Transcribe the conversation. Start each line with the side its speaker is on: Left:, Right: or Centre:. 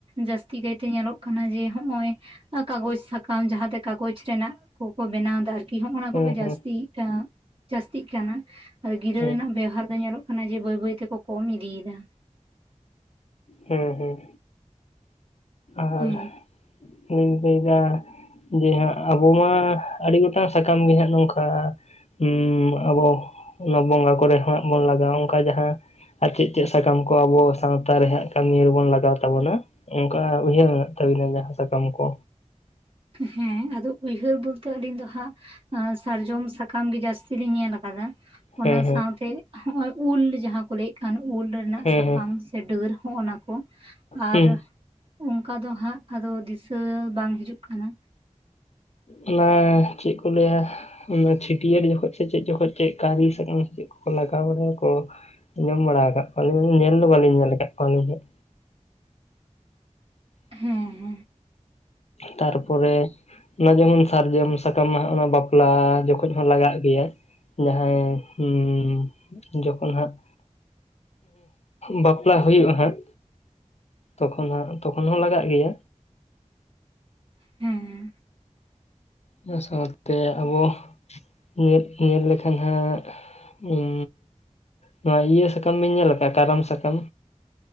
Right: ᱡᱟᱹᱥᱛᱤ ᱠᱟᱭᱛᱮ ᱧᱮᱞᱚᱜ ᱠᱟᱱᱟ ᱡᱮ ᱦᱚᱜ-ᱚᱭ ᱠᱟᱜᱚᱡᱽ ᱥᱟᱠᱟᱢ ᱡᱟᱦᱟᱸᱛᱮ ᱠᱟᱜᱚᱡᱽ ᱨᱮᱱᱟᱜ ᱠᱚᱠᱚ ᱵᱮᱱᱟᱣ ᱫᱟ ᱟᱨᱠᱤ ᱠᱤ ᱦᱚᱜ ᱚᱱᱟ ᱠᱚᱜᱮ
Left: ᱦᱮᱸ
Right: ᱡᱟ. ᱥᱛᱤᱜ ᱠᱟ ᱡᱟᱹᱥᱛᱤᱜ ᱠᱟᱱᱟ ᱟᱨ ᱜᱤᱨᱟᱹ
Left: ᱦᱮᱸ
Right: ᱨᱮᱱᱟᱜ ᱵᱮᱣᱦᱟᱨ ᱫᱚ ᱧᱮᱞᱚᱜ ᱠᱟᱱᱟ ᱡᱮ ᱵᱟᱹᱭ ᱵᱟᱹᱭ ᱛᱮᱠᱚ ᱠᱚᱢ ᱤᱫᱤᱭᱮᱫᱟ
Left: ᱦᱮᱸ ᱦᱮᱸ ᱟᱨ
Right: ᱦᱮᱸ
Left: ᱤᱧᱤᱧ ᱞᱟᱹᱭᱫᱟ ᱡᱮ ᱦᱟᱸᱜ ᱟᱵᱚ ᱢᱟ ᱟᱹᱰᱤ ᱜᱚᱴᱟᱝ ᱥᱟᱠᱟᱢ ᱜᱮ ᱦᱟᱸᱜ ᱱᱚᱝᱠᱟ ᱩᱸ ᱟᱵᱚ ᱚᱱᱟ ᱵᱚᱸᱜᱟ ᱠᱚᱨᱮ ᱦᱚᱸᱜ ᱵᱚᱱ ᱞᱟᱜᱟᱣᱟ ᱚᱱᱠᱟ ᱡᱟᱦᱟᱸ ᱟᱨ ᱪᱮᱫ ᱪᱮᱫ ᱥᱟᱠᱟᱢ ᱠᱚ ᱟᱵᱚ ᱥᱟᱶᱛᱟ ᱨᱮ ᱦᱟᱸᱜ ᱠᱟᱹᱢᱤ ᱨᱮᱵᱚᱱ ᱞᱟᱜᱟᱣ ᱛᱟᱵᱚᱱᱟ ᱠᱟ ᱩᱭᱦᱟᱹᱨ ᱢᱮᱱᱟᱜ ᱛᱟᱹᱵᱤᱱᱟ ᱡᱟᱦᱟᱸ ᱥᱟᱠᱟᱢ ᱠᱚ
Right: ᱦᱮᱸ ᱟᱫᱚ ᱩᱭᱦᱟᱹᱨ ᱵᱚᱞᱛᱮ ᱟᱹᱞᱤᱧ ᱫᱚ ᱦᱟᱸᱜ ᱟᱸ ᱥᱟᱨᱡᱚᱢ ᱥᱟᱠᱟᱢ ᱜᱮ ᱡᱟᱹᱥᱛᱤ ᱞᱤᱧ ᱧᱮᱞ ᱟᱠᱟᱫᱟ,
Left: ᱦᱮᱸ
Right: ᱚᱱᱟ
Left: ᱦᱮᱸ
Right: ᱥᱟᱶᱛᱮ ᱦᱚᱜ-ᱚᱭ ᱩᱞ ᱡᱟᱦᱟᱸ ᱠᱚ ᱞᱟᱹᱭᱮᱫ ᱠᱟᱱ ᱩᱞ ᱨᱮᱱᱟᱜ
Left: ᱦᱮᱸ
Right: ᱥᱟᱠᱟᱢ
Left: ᱦᱮᱸ
Right: ᱥᱮ ᱰᱟᱹᱨ ᱦᱚᱸᱜ ᱚᱱᱟ, ᱠᱚ ᱟᱨ
Left: ᱦᱩᱸ
Right: ᱚᱱᱠᱟ ᱫᱚ ᱦᱟᱸᱜ ᱟᱫᱚ ᱫᱤᱥᱟᱹ ᱵᱟᱝ ᱦᱤᱡᱩᱜ ᱠᱟᱱᱟ,
Left: ᱚᱱᱟ ᱪᱮᱫ ᱠᱚ ᱞᱟᱹᱭᱟ ᱼᱼ ᱚᱱᱟ ᱪᱷᱟᱹᱴᱭᱟᱹᱨ ᱡᱚᱠᱷᱚᱡ ᱥᱮ ᱪᱮᱫ ᱡᱚᱠᱷᱚᱡ ᱪᱮᱫ ᱠᱟᱹᱨᱤ ᱥᱟᱠᱟᱢ ᱥᱮ ᱪᱮᱫ ᱠᱚ ᱞᱟᱜᱟᱣ ᱵᱟᱲᱟᱭᱟᱠᱚ, ᱟᱡᱚᱢ ᱵᱟᱲᱟ ᱠᱟᱜ ᱠᱳᱣᱟᱞᱤᱧ ᱧᱮᱞ ᱫᱚ ᱵᱟᱞᱤᱧ ᱧᱮᱞ ᱠᱟᱜ ᱠᱚᱣᱟ ᱟᱞᱤᱧ ᱦᱚᱸ
Right: ᱦᱮᱸ
Left: ᱛᱟᱨᱯᱚᱨᱮᱼᱼ ᱚᱱᱟ ᱡᱮᱢᱚᱱ ᱥᱟᱨᱡᱚᱢ ᱥᱟᱠᱟᱢ ᱢᱟ ᱦᱟᱸᱜ ᱚᱱᱟ ᱵᱟᱯᱞᱟ ᱡᱚᱠᱷᱚᱡ ᱦᱚᱸ ᱞᱟᱜᱟᱜ ᱜᱮᱭᱟ, ᱡᱟᱦᱟᱸᱭ ᱩᱸ ᱡᱚᱠᱷᱚᱱ ᱦᱟᱸᱜᱼᱼ ᱵᱟᱯᱞᱟ ᱦᱩᱭᱩᱜᱼᱟ ᱦᱟᱹᱜ ᱛᱚᱠᱷᱚᱱ ᱦᱟᱸᱜ ᱛᱚᱠᱷᱚᱱ ᱦᱚᱸ ᱞᱟᱜᱟᱜ ᱜᱮᱭᱟ,
Right: ᱦᱩᱸ ᱦᱩᱸ
Left: ᱚᱱᱟ ᱥᱟᱶᱛᱮ ᱟᱵᱚᱼᱼ ᱧᱮᱞ ᱧᱮᱞ ᱞᱮᱠᱷᱟᱱ ᱦᱟᱸᱜ ᱩᱸᱻ ᱱᱚᱣᱟ ᱤᱭᱟᱹ ᱥᱟᱠᱟᱢ ᱵᱤᱱ ᱧᱮᱞ ᱠᱟᱜᱼᱟ ᱠᱟᱨᱟᱢ ᱥᱟᱠᱟᱢ,